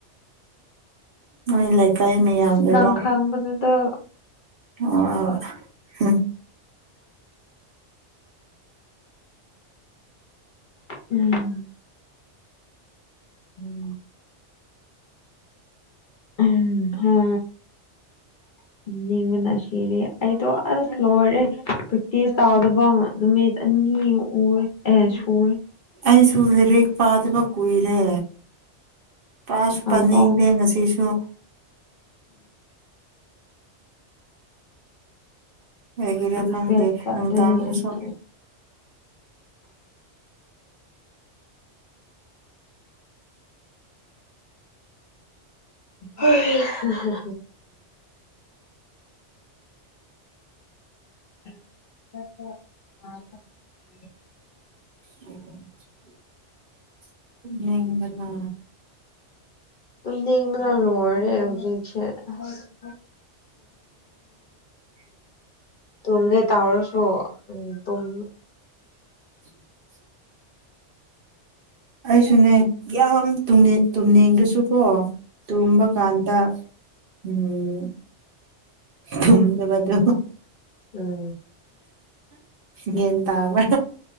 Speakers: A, on the right (about 55°); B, on the left (about 50°).
A: ꯅꯣꯏ ꯂꯩꯀꯥꯏ ꯃꯌꯥꯝꯗꯨꯔꯣ
B: ꯅꯪ ꯈꯥꯡꯕꯗꯨꯗ
A: ꯍꯣ ꯍꯣꯏ
B: ꯎꯝ ꯎꯝ ꯎꯝ ꯍ ꯇꯨꯝꯅꯤꯡꯕꯅ ꯁꯤꯔꯦ ꯑꯩꯗꯣ ꯑꯁ ꯂꯣꯏꯔꯦ ꯄ꯭ꯔꯦꯛꯇꯤꯁ ꯇꯥꯎꯗꯕ ꯅꯨꯃꯤꯠ ꯑꯅꯤ ꯎꯔ ꯑꯦ ꯁꯨꯔꯦ
A: ꯑꯩꯁꯨ ꯂꯥꯏꯔꯤꯛ ꯄꯥꯗꯕ ꯀꯨꯏꯔꯦ ꯄꯥꯁꯨ
B: ꯍꯧꯔꯛꯑꯣ
A: ꯄꯥꯅꯤꯡꯗꯦ ꯉꯁꯤꯁꯨ ꯀꯩꯒꯤꯔ
B: ꯔꯤꯒ꯭ꯔꯦꯠ
A: ꯈꯪꯗꯦ
B: ꯆꯠꯂꯅꯤ
A: ꯅꯨꯡꯗꯥꯡꯗꯁꯨ
B: ꯑꯩꯁꯨ ꯍꯩ ꯍꯍ <inaudible>
A: <inaudible> ꯇꯨꯝꯅꯤꯡꯕꯅ
B: ꯇꯨꯝꯅꯤꯡꯕꯅ ꯂꯣꯏꯔꯦ ꯍꯧꯖꯤꯛꯁꯦ ꯑꯁ
A: <inaudible>
B: ꯇꯨꯡꯒꯦ ꯇꯔꯁꯨ ꯎꯝ ꯇꯨꯝ
A: <inaudible> ꯑꯩꯁꯨꯅꯦ ꯌꯥꯝ ꯇꯨꯝꯅꯤꯡ ꯇꯨꯝꯅꯤꯡꯗꯁꯨ ꯀꯣ ꯇꯨꯝꯕ ꯀꯥꯟꯗ ꯎꯝ ꯇꯨꯝꯗꯕꯗꯨ
B: ꯎꯝ
A: ꯒ꯭ꯌꯥꯟ ꯇꯥꯕ꯭ꯔꯥ